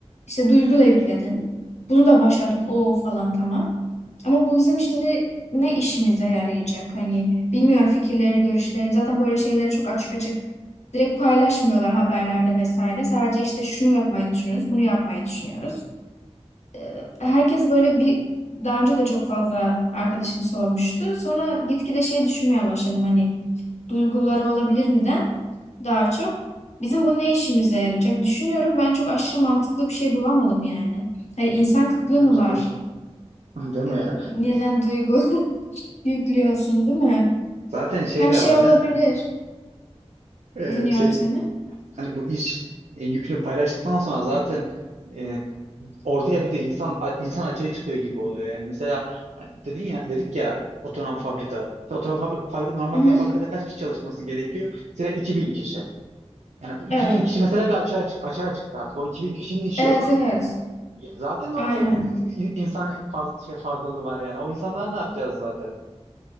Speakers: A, on the left; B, on the right.
A: İşte duygu da yükledin. Bunu da başardık. O falan tamam. Ama bu bizim şimdi ne işimize yarayacak? Hani bilmiyorum fikirlerini, görüşlerini. Zaten böyle şeyleri çok açık açık direkt paylaşmıyorlar haberlerde vesaire. Sadece işte şunu yapmayı düşünüyoruz, bunu yapmayı düşünüyoruz. Ee, herkes böyle bir daha önce de çok fazla arkadaşım sormuştu. Sonra gitgide şey düşünmeye başladım hani duyguları olabilir miden daha çok bizim bu ne işimize yarayacak düşünüyorum. Ben çok aşırı mantıklı bir şey bulamadım yani. Hani insan kıtlığı
B: Bence
A: mı var?
B: de. <laughs> Değil mi
A: Ee,
B: ya?
A: neden duygu <laughs> yüklüyorsun değil mi?
B: Zaten şey
A: Yani
B: de
A: şey
B: var
A: olabilir.
B: değil mi? Ee,
A: Dinliyorum
B: şey
A: seni.
B: hani bu iş e, yükünü paylaştıktan sonra zaten e, ortaya bir de insan a- insan açığı çıkıyor gibi oluyor. Yani mesela hani dedin ya dedik ya otonom fabrikalar. Mesela Otonom fabri- fabrika normalde
A: Hı hı.
B: fabrikada kaç kişi çalışması gerekiyor? Mesela 2000 kişi. Yani bu 2000
A: Evet.
B: kişi mesela bir açığa, çık- açığa çıktı artık. O 2000 kişinin işi
A: Evet
B: yok.
A: evet.
B: Ya Zaten orada
A: Aynen.
B: e, in- insan faz şey fazlalığı var yani. O insanlar ne yapacağız zaten?